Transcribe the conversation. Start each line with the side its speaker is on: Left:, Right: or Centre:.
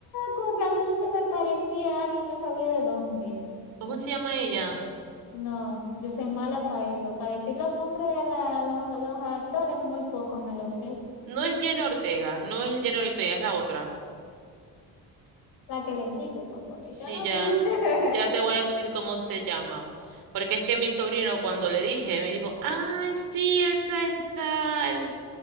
Left: con razón se me parecía a alguien, no sabía de dónde.
Right: ¿Cómo se llama ella?
Left: No, yo soy mala para eso. Para decir los nombres de la, los, los actores, muy poco me lo sé.
Right: No es Jenna Ortega, no es Jenna Ortega, es la otra.
Left: La que le sigue, pues, porque
Right: Sí,
Left: yo no.
Right: ya,
Left: <laughs>
Right: ya te voy a decir cómo se llama. Porque es que mi sobrino, cuando le dije, me dijo, ay, sí, esa es tal.